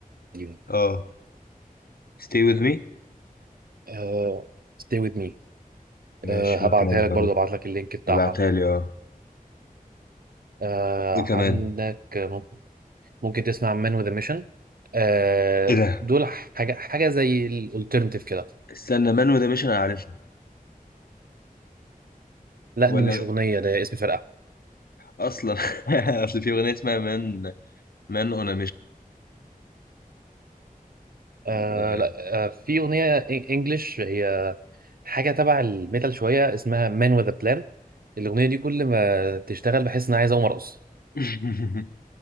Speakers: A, on the right (about 75°); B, on the left (about 80°).
A: القديمه
B: اه stay with me
A: آه stay with me
B: ماشي
A: آه هبعتها
B: ممكن اجرب
A: لك برضه هبعت لك اللينك بتاعها
B: ابعتها لي اه
A: آه
B: ايه كمان
A: عندك ممكن ممكن تسمع مان وذ ميشن آه
B: ايه ده
A: دول حاجه حاجه زي الالترناتيف كده
B: استنى مان وده مش انا عارفها
A: لا
B: ولا
A: دي مش اغنيه ده اسم فرقه
B: اصلا <laughs> اصل في اغنيه اسمها مان مان اون
A: آه
B: ميشن
A: لا آه في اغنيه انجلش هي حاجه تبع الميتال شويه اسمها مان وذ بلان الاغنيه دي كل ما تشتغل بحس ان انا عايز اقوم ارقص
B: <laughs>